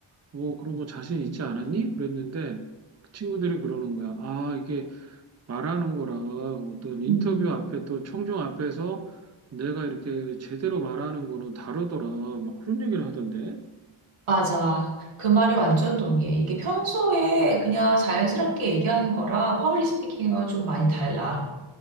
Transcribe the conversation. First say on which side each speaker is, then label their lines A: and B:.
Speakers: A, on the right (about 30°); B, on the right (about 85°).
A: 뭐 그런 거 자신 있지 않았니? 그랬는데 그 친구들이 그러는 거야. 아 이게 말하는 거랑 어떤 인터뷰
B: 음.
A: 앞에 또 청중 앞에서 내가 이렇게 제대로 말하는 거는 다르더라. 막 그런 얘기를 하던데.
B: 맞아. 그 말이 완전 동의해. 이게 평소에 그냥 자연스럽게 얘기하는 거랑 퍼블릭 스피킹은 좀 많이 달라.